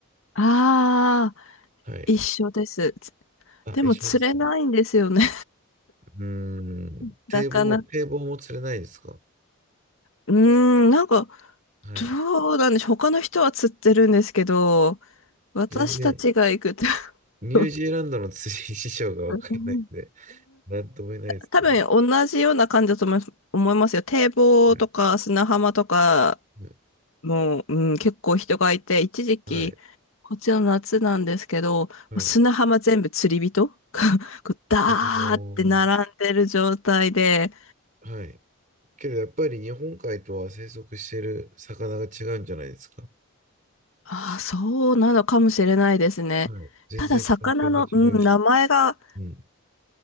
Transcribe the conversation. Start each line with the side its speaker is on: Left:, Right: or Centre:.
Left: ああ、
Right: はい。
Left: 一緒です。つ
Right: あ、
Left: でも釣れないんですよね。
Right: 一緒ですか。うーん。
Left: <laughs>
Right: 堤防、
Left: なかなか。
Right: 堤防も釣れないですか。
Left: うーん、なんか、
Right: はい。
Left: どうなんでしょう。他の人は釣ってるんですけど、私たちが行くと
Right: 全然、ニュージーランドの釣り事情がわからないんで、
Left: <laughs> うん、
Right: なんとも言えないですけど。
Left: 多分同じような感じだと思います思いますよ。堤防とか砂浜とか、
Right: はい。ね
Left: もう、うん、結構人がいて、一時期、
Right: はい。
Left: こっちの夏なんですけど、もう砂浜全部釣り人が
Right: はい。
Left: <laughs> こうダーって並んでる状態で、
Right: おー。はい。けどやっぱり日本海とは生息している魚が違うんじゃないですか。
Left: ああ、そうなのかもしれないですね。
Right: はい。全然環境が違うし。
Left: ただ、魚の、うん、名前が
Right: うん。